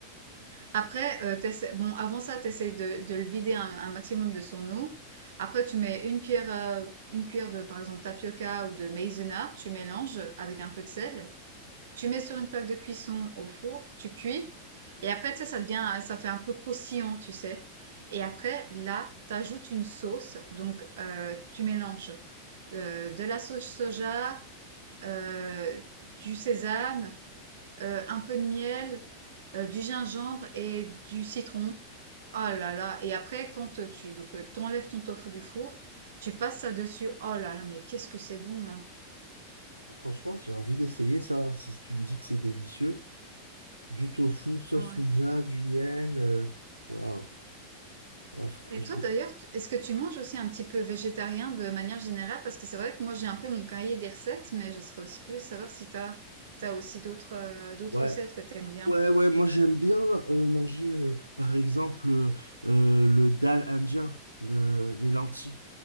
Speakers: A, on the right (about 60°); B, on the right (about 85°).
A: Après, euh, t'essaies- bon, avant ça, t'essayes de, de le vider un, un maximum de son eau. Après, tu mets une cuillère, euh, une cuillère de, par exemple, tapioca ou de maïzena, tu mélanges avec un peu de sel. Tu mets sur une plaque de cuisson au four, tu cuis. Et après, tu sais, ça devient, ça fait un peu croustillant, tu sais. Et après, là, t'ajoutes une sauce. Donc, euh, tu mélanges euh, de la sauce soja, euh, du sésame, euh, un peu de miel euh, du gingembre et du citron. Oh là là. Et après, quand euh, tu donc, euh, t'enlèves ton tofu du four, tu passes ça dessus. Oh là là, mais qu'est-ce que c'est bon, hein.
B: Franchement, j'ai envie d'essayer ça. hein. Si tu me dis que c'est délicieux, du tofu, sauce
A: Ouais.
B: soja, du miel, euh, waouh. Ah, fr-
A: Et
B: je-
A: toi d'ailleurs, t- est-ce que tu manges aussi un petit peu végétarien de manière générale? Parce que c'est vrai que moi j'ai un peu mon cahier des recettes, mais je serais aussi curieuse de savoir si t'as t'as aussi d'autres euh, d'autres
B: Ouais,
A: recettes que t'aimes bien.
B: Ouais, ouais, moi j'aime bien euh, manger euh, par exemple euh, euh, le dal indien, le, les lentilles.